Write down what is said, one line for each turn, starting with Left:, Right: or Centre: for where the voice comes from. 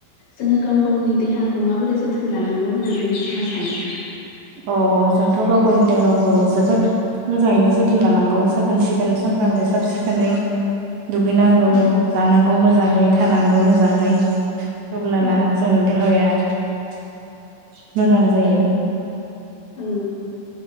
Left: जोङो गाव गावनि देहाखौ माबोरै जोथोन लानांगौ होननानै नोंथाङा सानो?
Right: अ। जोंथ' गाव-गावनि देहाखौ जोबोद मोजाङैनो जोथोन लानांगौ साखोन-सिखोन सानफ्रामबो साब-सिखोनै।
Left: <inaudible>
Right: दुगैनांगौ,
Left: औ
Right: जानांगौ मोजाङै, थानांगौ मोजाङै। अब्लाना
Left: औ
Right: जोंनि देहाया <inaudible> मोजां जायो।
Left: औ।